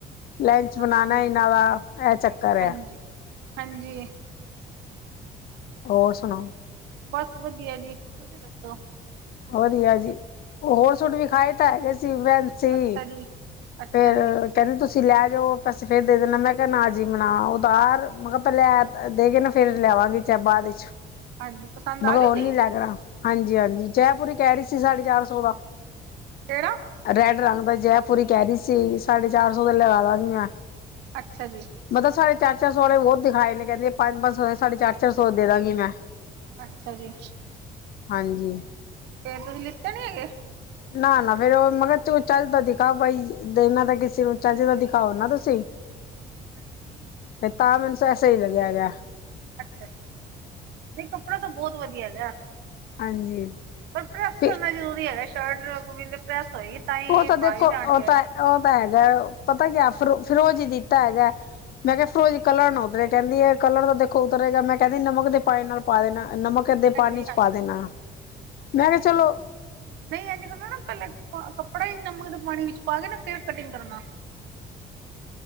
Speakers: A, on the left; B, on the right.
A: ਲੰਚ ਬਨਾਨਾ
B: ਹਾਂਜੀ
A: ਇਨਾਂ ਦਾ, ਐ ਚੱਕਰ ਐ।
B: ਹਾਂਜੀ ਹਾਂਜੀ।
A: ਹੋਰ ਸੁਣਾਓ।
B: ਬਾਸ ਵਦੀਆ ਜੀ, ਤੁਸੀ ਦੱਸੋ?
A: ਵਦੀਆ ਜੀ, ਓ ਹੋਰ ਸੂਟ ਵੀਖਾਏ ਤਾ ਹੈਗੇ ਸੀ ਵੈ ਸੀ,
B: ਅੱਛਾ ਜੀ ਅੱਛਾ
A: ਫਿਰ
B: ਜੀ
A: ਕਹਿੰਦੇ ਤੁਸੀਂ ਲੈ ਜਾਓ ਪੈਸੇ, ਫਿਰ ਦੇ ਦੇਣਾ ਮੈਂ ਨਾ ਜੀ ਮਨਾ
B: ਹਾਂਜੀ
A: ਉਦਾਰ। ਮੈਂ ਕਿਹਾ ਲੈ ਦੇ ਕੇ ਨਾ ਫਿਰ ਲਿਆਵਾਂਗੀ। ਚ ਬਾਅਦ ਵਿੱਚ ਚ
B: ਹਾਂਜੀ ਪਸੰਦ
A: <inaudible>
B: ਆ ਗਏ ਸੀ
A: ਹਾਂਜੀ-ਹਾਂਜੀ, ਜੈਪੁਰੀ ਕੈ ਰੀ ਸੀ ਸਾਡੇ ਚਾਰ ਸੋ ਦਾ।
B: ਕੇੜਾ?
A: ਰੈਡ ਰੰਗ ਦਾ ਜੈਪੂਰੀ ਕੈ ਰੀ ਸੀ, ਸਾਢੇ ਚਾਰ ਸੌ ਦਾ ਲੇਆ ਦਾਂਗੀ ਮੈਂ।
B: ਅੱਛਾ ਜੀ।
A: ਮਤਲਬ ਸਾਡੇ ਚਾਰ-ਚਾਰ ਸੋ ਵਾਲੇ ਬੋਤ ਦਿਖਾਏ ਨੇ, ਕੈਂਦੀ ਪਾੰਜ-ਪਾੰਜ ਸੋ ਸਾਡੇ ਚਾਰ-ਚਾਰ ਸੋ ਦੇ ਦਾਂਗੀ ਮੈਂ।
B: ਅੱਛਾ ਜੀ।
A: ਹਾਂਜੀ।
B: ਫੇਰ ਤੁਸੀਂ ਲਿੱਤੇ ਨੀ ਹੈਗੇ।
A: ਨਾ, ਨਾ ਫੇਰ ਓ ਮਗਰ ਚ ਚੱਲ ਤਾਂ ਦਿਖਾ ਬਈ ਦੇਨਾ ਤਾਂ ਕਿਸੇ
B: ਅੱਛਾ
A: ਨੂੰ ਚੱਜ
B: ਜੀ
A: ਨਾ ਦਿਖਾਓ ਤੁਸੀਂ।
B: ਹਾਂਜੀ।
A: ਤਾਂ ਮੈਨੂੰ <unintelligible>
B: ਅੱਛਾ-ਅੱਛਾ, ਨੀ ਕੱਪੜਾ ਤਾਂ ਬੋਤ ਵਦੀਆ ਹੈਗਾ
A: ਹਾਂਜੀ।
B: ਪਰ ਪ੍ਰੈੱਸ ਕਰਨਾ
A: ਫ
B: ਜ਼ਰੂਰੀ ਹੈਗਾ, ਸ਼ਰਟ ਪ੍ਰੈੱਸ ਹੋਏਗੀ। ਹੀ
A: ਓ ਤਾਂ ਦੇਖੋ
B: ਬਾਹਰ ਜਾਣਗੇ
A: ਓ ਤਾਂ ਐ ਤਾਂ ਹੈਗੈ, ਪਤਾ ਕੇਆ ਫੇਰ ਫਿਰੋਜੀ ਦਿੱਤਾ ਹੈਗੈ। ਮੈਂ
B: ਹਾਂਜੀ
A: ਕੇਆ ਫਿਰੋਜੀ ਕਲਰ ਨੂੰ ਉਤਰੇ, ਕੈਂਦੀ ਐ ਕਲਰ ਤਾਂ ਦੇਖੋ ਉਤਰੇਗਾ ਮੈਂ ਕੈਂਦੀ ਨਮਕ ਦੇ ਪਾਣੀ ਨਾਲ ਪਾ ਦੇਨਾ ਏ ਨਮਕ ਦੇ
B: ਹਾਂਜੀ
A: ਪਾਨੀ ਚ
B: ਹਾਂਜੀ
A: ਪਾ ਦੇਨਾ, ਮੈਂ ਕੇਆ ਚਲੋ
B: ਨਈ ਏਂਜ ਕਰਨਾ ਨਾ ਪੈਲੇ ਪਾ, ਕੱਪੜਾ ਈ ਨਮਕ ਦੇ ਪਾਣੀ ਵਿੱਚ ਪਾ ਕੇ ਨਾ ਫੇਰ ਕਟਿੰਗ ਕਰਨਾ।